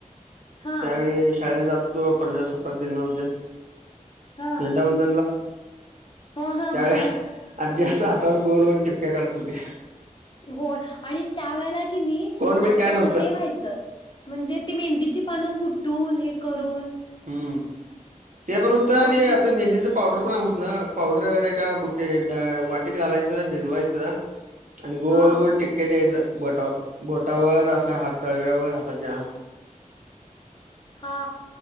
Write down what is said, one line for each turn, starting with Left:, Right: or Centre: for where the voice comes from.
Left: हां,
Right: त्यावेळी शाळेला जात- तो प्रजासत्ताक दिनाल तेन
Left: हां,
Right: झेंडावंदनला
Left: हां, हां
Right: त्यावेळेला
Left: बरोबर.
Right: आजी अस हातावर गोल गोल टिपक्या काढत होती.
Left: होय आणि त्यावेेळेला कीनी
Right: कोण बिन
Left: असं
Right: काय नव्हतं
Left: हे व्हायचं. म्हणजे ती मेहंदीची पानं कुटून हे करून.
Right: हम्म ते पण होतं
Left: मग
Right: आणि
Left: ती
Right: असं मेहंदीचं पावडर पण आ हुत ना पावडर एका बुटे वाटीत घालायच भिजवायचं आणि गोल
Left: हां,
Right: गोल टिपक्या द्यायचा बोटावर बोटावर असा हात तळव्यावर हाताच्या
Left: हा.